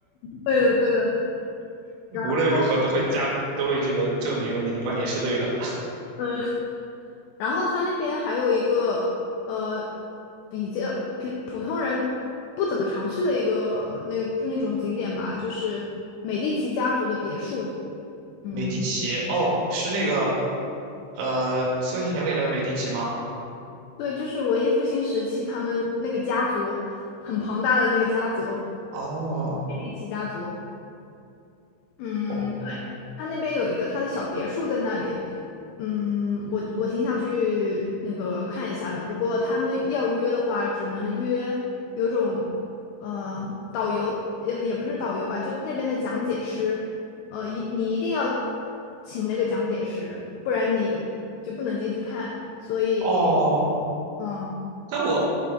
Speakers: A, on the left (about 85°); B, on the right (about 80°).
A: 对的对的。然后
B: 无论如何都会加，都会这个证明你的观点是对的。
A: 嗯，然后他那边还有一个呃比较普普通人不怎么常去的一个那个就那种景点吧，就是美第奇家族的别墅。嗯。
B: 美第奇，哦，是那个呃《刺客信条》里那个美第奇吗？
A: 对，就是文艺复兴时期，他们那个家族很庞大的那个家族，
B: 哦
A: 美第奇家族。嗯，
B: 哦
A: 对，他那边有一个他的小别墅在那里。嗯，我我挺想去那个看一下的，不过他们要约的话，只能约有种呃导游，也也不是导游吧，就那边的讲解师。呃，一你一定要请那个讲解师，不然你就不能进去看。所以，
B: 哦，
A: 嗯
B: 但我